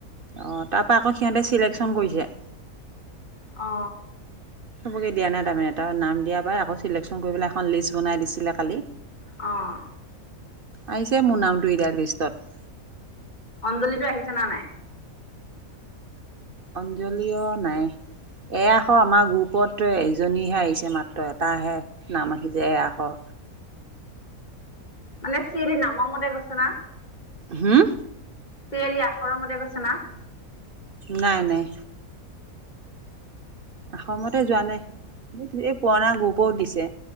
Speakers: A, on the right (about 55°); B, on the left (about 30°).
A: অঁ তাৰপা আকৌ সিহঁতে চিলেকশ্যন কৰিছে।
B: অ
A: চবকে দিয়া নাই তাৰমানে নাম দিয়া পাই আকৌ চিলেকশন কৰি পেলাই এখন লিষ্ট বনাই দিছিলে কালি।
B: অঁ
A: আহিছে মোৰ নামটো এতিয়া লিষ্টত।
B: অঞ্জলিটো আহিছে না নাই?
A: অঞ্জলি অ নাই। এ আখৰৰ আমাৰ গ্ৰুপত এজনীহে আহিছে মাত্ৰ এটাহে। নাম আহিছে এ আখৰ।
B: মানে চিৰিয়েলি নামৰ মতে গৈছে না?
A: হোম,
B: চিৰিয়েলি আখৰৰ মতে গৈছে না?
A: নাই নাই। অআগৰৰ মতে যোৱা নাই এই পুৰণা গ্ৰোপও দিছে